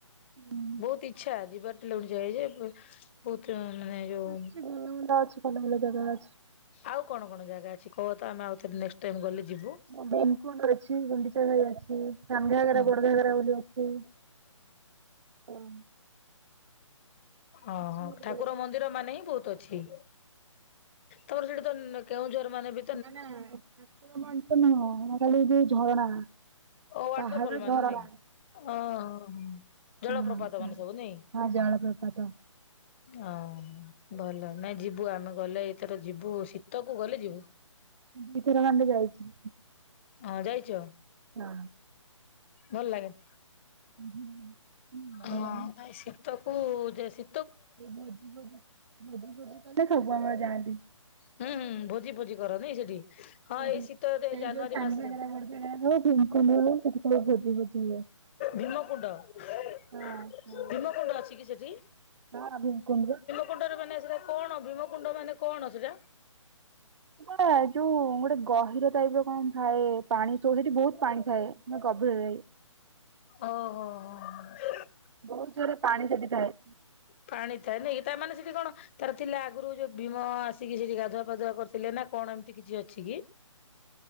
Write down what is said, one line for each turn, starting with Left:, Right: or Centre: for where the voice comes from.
Right: ହୁଁ।
Left: ବହୁତ ଇଚ୍ଛା ଯିବାର ଟେ <unintelligible> ଯେ ବହୁତ ମାନେ ଯୋଉ
Right: ଅଛି <unintelligible> ଅଛି ଭଲ ଭଲ ଜାଗା ଅଛି।
Left: ଆଉ କଣ କଣ ଜାଗା ଅଛି କହ ତ ଆମେ ଆଉଥରେ ନେଷ୍ଟ୍ ଟାଇମ ଗଲେ ଯିବୁ?
Right: <unintelligible> <unintelligible> ଅଛି। ଗୁଣ୍ଡିଚାଘାଇ ଅଛି। ସାନଘାଗରା
Left: ହଁ
Right: ବଡଘାଗରା ବୋଲି ଅଛି। ହଁ।
Left: ଓହୋ।
Right: ଅଛି ଭଲ
Left: ଠାକୁର
Right: ଭଲ
Left: ମନ୍ଦିର ମାନେ ହିଁ ବହୁତ ଅଛି। ତମର ସେଠି ତ କେଉଁଝର ମାନେ ବେ
Right: ନା ନା ଠାକୁର ମନ୍ଦିର ନୁହଁ। ମୁଁ କହିଲି ଏ ଯଉ ଝରଣା।
Left: ଓ ୱାଟରଫଲ
Right: ପାହାଡ
Left: ମାନେ।
Right: ଝରଣା
Left: ହଁ ହଁ।
Right: ହଁ
Left: ଜଳପ୍ରପାତ
Right: ହଁ
Left: ମାନେ ସବୁ ନାଇଁ?
Right: ହଁ ଜଳପ୍ରପାତ
Left: ହଁ ଭଲ। ନାଇଁ ଯିବୁ ଆମେ ଗଲେ। ଏଥର ଯିବୁ। ଶୀତକୁ ଗଲେ ଯିବୁ।
Right: ଭିତରକନିକା ଯାଇଛି।
Left: ହଁ ଯାଇଛ।
Right: ହଁ।
Left: ଭଲ ଲାଗେ।
Right: ହୁଁ। ବଢିଆ
Left: ହଁ
Right: ଲାଗେନା
Left: ଭାଇ ଶୀତକୁ ଯେ ଶୀ
Right: ଏ ଭୋଜି ଫୋଜି ଭୋଜି ଫୋଜି କଲେ ସବୁ ଆମର ଯାଆନ୍ତି।
Left: ହୁଁ ହୁଁ ଭୋଜି ଫୋଜି କରନି ସେଠି ହଁ
Right: ସେ
Left: ଏଇ
Right: ଯଉ ସେଇ
Left: ଶୀତରେ ଜାନୁଆରୀ
Right: ଯୋଉ ସାନଘାଗରା
Left: ମାସରେ
Right: ବଡଘାଗରାରେ ଓ ଭିମକୁଣ୍ଡରେ ସେଠି ସବୁ ଭୋଜି ଭୋଜି ହୁଏ।
Left: ଭୀମକୁଣ୍ଡ। ଭୀମକୁଣ୍ଡ
Right: ହଁ ହଁ
Left: ଅଛି କି ସେଠି?
Right: ହଁ ଭୀମକୁଣ୍ଡବି
Left: କୁଣ୍ଡରେ ମାନେ ସେଇଟା କଣ? ଭୀମକୁୁଣ୍ଡ ମାନେ କଣ ସେଇଟା?
Right: କ ଯୋଉ ଗୋଟେ ଗହିର ଟାଇପର କଣ ଥାଏ। ପାଣିସୁଅ ସେଠି ବହୁତ ପାଣି ଥାଏ। ମନେ ଗଭୀରରେ।
Left: ଓହୋ ହୋ।
Right: ବହୁତ ଜୋରରେ ପାଣି ସେଠି ଥାଏ।
Left: ପାଣି ଥାଏ ନାଇକି। ତା ମାନେ ସେଠି କଣ ତାର ଥିଲା ଆଗରୁ ଯୋଉ ଭୀମ ଆସିକି ସେଠି ଗାଧୁଆ ପାାଧୁଆ କରିଥିଲେ ନା କଣ ଏମିତି କିଛି ଅଛି କି?